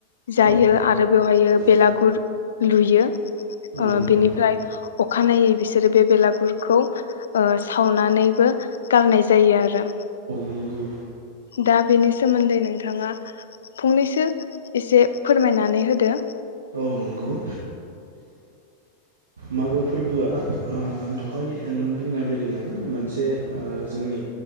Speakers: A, on the right (about 70°); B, on the left (about 65°).
A: औ
B: जायो आरो बेवहायो
A: औ
B: बेलागुर लुयो ओ
A: औ नंगौ औ
B: बेनिफ्राय अखानायै बिसोरो बे बेलागुरखौ ओ सावनानैबो गारनाय जायो आरो।
A: नंगौ
B: दा बेनि सोमोन्दै नोंथाङा फंनैसो एसे फोरमायनानै होदो।
A: औ नंगौ मागो फोरबोआ ओ दहाय नों बुंनाय बायदिनो मोनसे ओ जोंनि